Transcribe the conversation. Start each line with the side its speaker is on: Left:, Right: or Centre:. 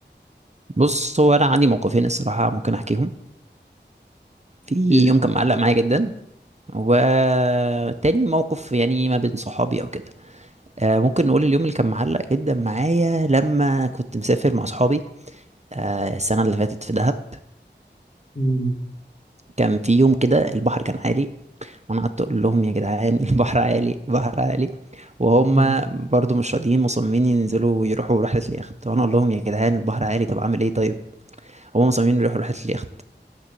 Right: بص هو انا عندي موقفين الصراحه ممكن احكيهم في
Left: احكي لي
Right: يوم كان معلق معايا جدا وتاني موقف يعني ما بين صحابي او كده آه ممكن نقول اليوم اللي كان معلق جدا معايا لما كنت مسافر مع صحابي آه السنه اللي فاتت في دهب
Left: امم
Right: كان في يوم كده البحر كان عالي وانا قعدت اقول لهم يا جدعان <laughs> البحر عالي البحر عالي وهم
Left: أمم.
Right: برضو مش راضيين مصممين ينزلوا ويروحوا رحله اليخت وانا اقول لهم يا جدعان البحر عالي طب اعمل ايه طيب هم مصممين يروحوا رحله اليخت